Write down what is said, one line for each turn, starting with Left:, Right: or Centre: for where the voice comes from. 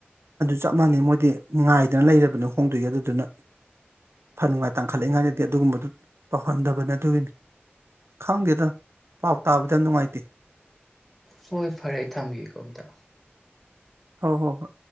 Right: ꯆꯞ ꯃꯥꯟꯅꯩ ꯃꯣꯏꯗꯤ ꯉꯥꯏꯗꯅ ꯂꯩꯔꯕꯅꯤ ꯍꯣꯡꯗꯣꯏꯒꯤ ꯑꯗꯨꯗꯨꯅ ꯐꯟ ꯅꯨꯡꯉꯥꯏ ꯇꯥꯡꯈꯠꯂꯛꯏꯉꯥꯏꯗꯗꯤ ꯑꯗꯨꯒꯨꯝꯕꯗꯨ ꯇꯧꯍꯟꯗꯕꯅꯤ ꯑꯗꯨꯒꯤꯅꯤ ꯈꯪꯗꯦꯗ ꯄꯥꯎ ꯇꯥꯕꯗ ꯅꯨꯡꯉꯥꯏꯇꯦ꯫
Centre: ꯍꯣꯏ ꯐꯔꯦ ꯑꯩ ꯊꯝꯒꯦꯀꯣ ꯑꯝꯇ꯫
Right: ꯍ ꯍꯣ ꯍꯣꯏ꯫